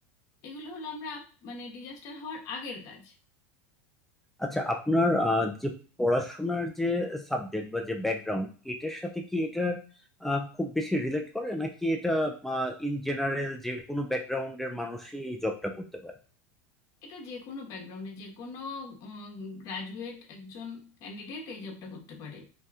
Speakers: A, on the left; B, in the centre.
A: এগুলো হলো আমরা মানে ডিজাস্টার হওয়ার আগের কাজ
B: আচ্ছা আপনার আহ, যে পড়াশোনার যে সাবজেক্ট বা যে ব্যাকগ্রাউন্ড এটার সাথে কি এটা আহ, খুব বেশি রিলেট করে নাকি এটা ইন জেনারেল যে কোনো ব্যাকগ্রাউন্ডের মানুষই এই জবটা করতে পারে
A: এটা যে কোনো ব্যাকগ্রাউন্ডে যে কোনো গ্রাজুয়েট একজন ক্যান্ডিডেট এই জবটা করতে পারে